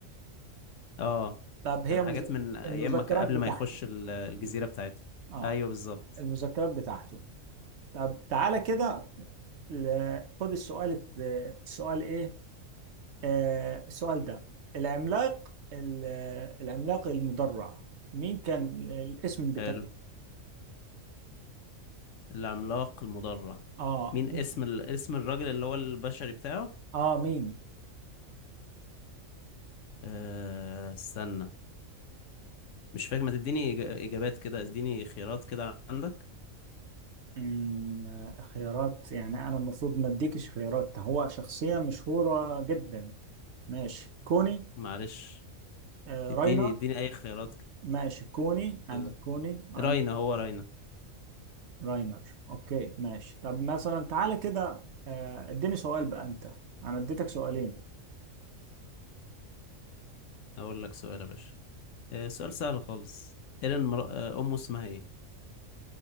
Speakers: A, on the left (about 70°); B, on the right (about 60°).
A: اه
B: طب هي
A: كان
B: مز...
A: حاجات من ايام
B: المذكرات
A: ما كان- قبل
B: بتاعته
A: ما يخش ال- الجزيرة بتاعته
B: اه
A: ايوه بالظبط
B: المذكرات بتاعته طب تعالى كده ل- خد السؤال الت- السؤال ايه آه السؤال ده العملاق ال- العملاق المدرع مين كان الاسم بتاعه
A: حلو العملاق المدرع
B: اه
A: مين
B: ممكن
A: اسم ال... اسم الراجل اللي هو البشري بتاعه
B: اه مين
A: أه... استنى مش فاكر ما تديني إج- اجابات كده اديني خيارات كده عندك
B: أمم، خيارات يعني انا المفروض ما اديكش خيارات هو شخصية مشهورة جدا ماشي كوني
A: معلش
B: آه
A: اديني
B: راينر
A: اديني اي خيارات
B: ماشي كوني عندك
A: كده
B: كوني عندك
A: راينا هو راينا
B: راينر اوكي ماشي طب مثلا تعالى كده آه، اديني سؤال بقى انت انا اديتك سؤالين
A: اقول لك سؤال يا باشا آه، سؤال سهل خالص ايرين مر... آه، امه اسمها ايه